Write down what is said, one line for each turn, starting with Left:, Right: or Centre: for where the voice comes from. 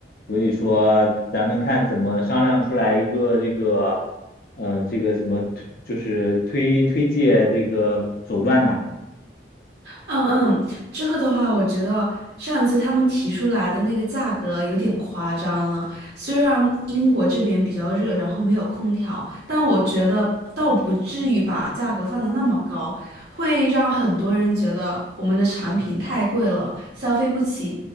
Left: 所以说咱们看怎么商量出来一个这个，嗯、这个什么推，就是推推介这个手段呢？
Right: 嗯嗯，这个的话，我觉得上次他们提出来的那个价格有点夸张了。虽然英国这边比较热，然后没有空调，但我觉得倒不至于把价格放得那么高，会让很多人觉得我们的产品太贵了，消费不起，